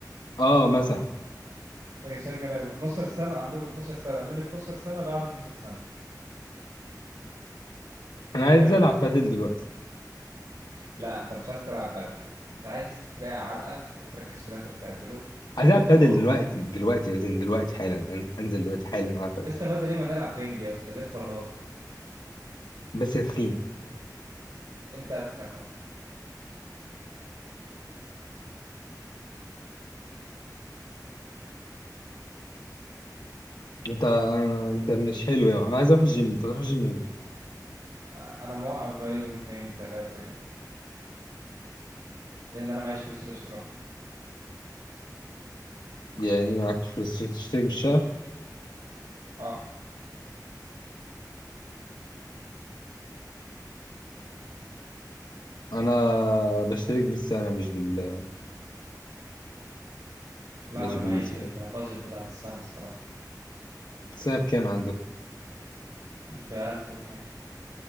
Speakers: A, on the left (about 80°); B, on the right (about 85°).
A: اه مثلا
B: لكن عشان كانوا هيبقوا 12 سنه عندهم 12 سنه من 12 سنه بعد 12 سنه
A: انا عايز
B: جامد
A: العب
B: والله
A: بادل دلوقتي
B: لا انت مش عايز تلعب بدل انت عايز ترقع علقه وتركز في اللي انت بتعمله
A: عايز العب
B: وتبقى
A: بادل
B: راجل
A: دلوقتي دلوقتي أزن دلوقتي حالا أن- انزل دلوقتي حالا العب بادل
B: يا اسطى بدل ايه ما نلعب بينج يا اسطى ليه الفرهده
A: بس يا تخين
B: انت اتخن اهو.
A: انت انت مش حلو يعني انا عايز اروح الجيم انت تروح الجيم امتى
B: آه، انا موقف بقالي يومين ثلاثه كده لان انا معيش فلوس الاشتراك
A: يعني معاك فلوس عشان تشترك بالشهر
B: اه
A: انا بشترك بالسنه مش بال
B: لا
A: مش
B: ما انا
A: بالسنه
B: معيش البادجت بتاعت السنه الصراحه
A: السنه بكام عندك
B: بألف وشوية